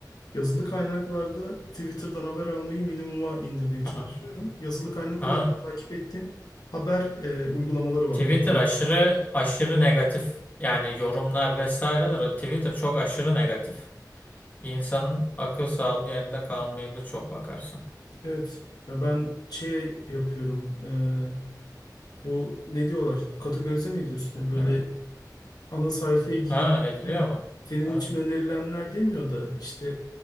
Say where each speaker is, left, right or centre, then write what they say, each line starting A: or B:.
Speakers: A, on the left; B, on the left.
A: Yazılı kaynaklarda Twitter'dan haber almayı minimuma indirmeye
B: Aha.
A: çalışıyorum. Yazılı kaynak
B: Ha.
A: olarak takip ettiğim haber e, uygulamaları var,
B: Twitter
A: mobil uygulamaları.
B: aşırı aşırı negatif yani yorumlar vesaireler. Twitter çok aşırı negatif. İnsanın akıl sağlığı yerinde kalmayabilir çok bakarsan.
A: Evet. Ya ben şey yapıyorum. eee, bu ne diyorlar? Kategorize mi ediyorsun? Ya böyle
B: Evet.
A: ana sayfaya girdiğinde
B: Ha ediliyor mu?
A: senin
B: Ha,
A: için önerilenler demiyor da işte